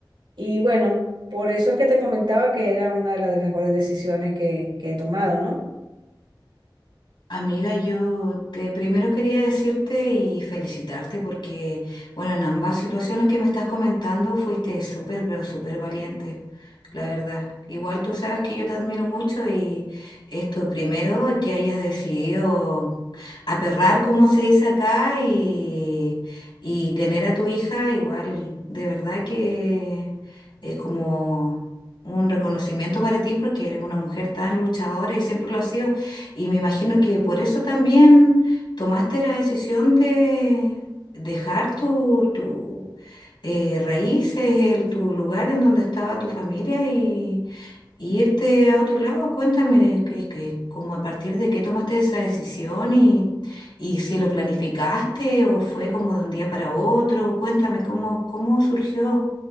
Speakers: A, on the right (about 80°); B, on the left (about 75°).
A: y bueno, por eso es que te comentaba que era una de las mejores decisiones que, que he tomado, ¿no?
B: Amiga, yo te primero quería decirte y felicitarte porque, bueno, en ambas situaciones que me estás comentando fuiste súper, pero súper valiente, la verdad. Igual tú sabes que yo te admiro mucho y esto primero que hayas decidido aperrar, como se dice acá, y, y tener a tu hija igual, de verdad que es como un reconocimiento para ti porque eres una mujer tan luchadora y siempre lo has sido. Y me imagino que por eso también tomaste la decisión de dejar tu, tu eh, raíces, el, tu lugar en donde estaba tu familia y y irte a otro lado, cuéntame que, que, como a partir de qué tomaste esa decisión y, y si lo planificaste o fue como de un día para otro, cuéntame cómo, cómo surgió